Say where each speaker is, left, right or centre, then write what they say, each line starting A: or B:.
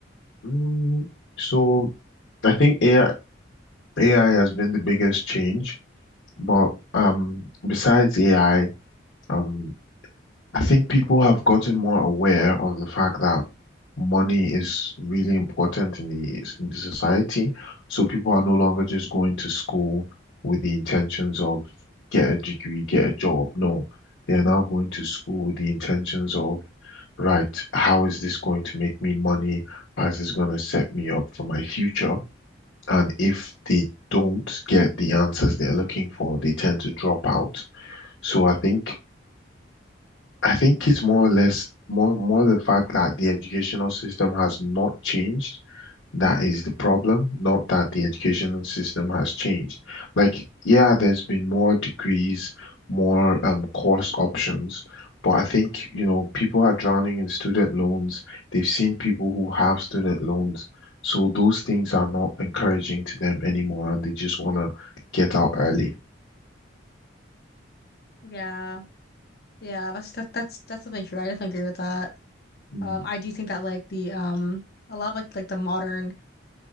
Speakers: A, on the left; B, on the left.
A: mm, so I think AI AI has been the biggest change, but um, besides AI, um, I think people have gotten more aware of the fact that money is really important in the in the society. So people are no longer just going to school with the intentions of get a degree, get a job. No, they are now going to school with the intentions of, right, how is this going to make me money? How is this going to set me up for my future? And if they don't get the answers they're looking for, they tend to drop out. So I think I think it's more or less more more the fact that the educational system has not changed. That is the problem, not that the educational system has changed. Like, yeah, there's been more degrees, more um course options, but I think, you know, people are drowning in student loans. They've seen people who have student loans, so those things are not encouraging to them anymore, and they just want to get out early.
B: Yeah, yeah, that's that, that's that's definitely true. I definitely agree with that.
A: Mm,
B: Um, I do think that like the um a lot of like like the modern